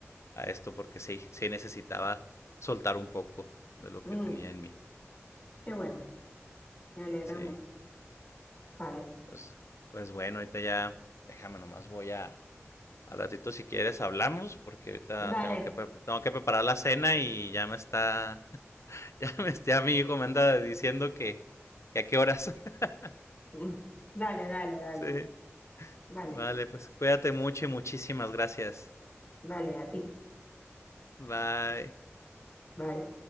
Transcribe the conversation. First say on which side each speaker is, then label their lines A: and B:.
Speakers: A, on the left; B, on the left.
A: a esto, porque sí, sí necesitaba soltar un poco de lo
B: mm,
A: que tenía en mí.
B: qué bueno, me alegra
A: Sí,
B: mucho. Vale,
A: pues, pues bueno, ahorita ya, déjame nomás, voy a, al ratito si quieres hablamos, porque ahorita
B: dale,
A: tengo que, tengo que preparar la cena y ya me está, <laughs> ya me está, mi hijo me anda diciendo que, que a qué horas. <laughs>
B: mm, dale, dale, dale,
A: sí,
B: vale,
A: vale, pues cuídate mucho y muchísimas gracias.
B: dale, a ti.
A: Bye.
B: Bye.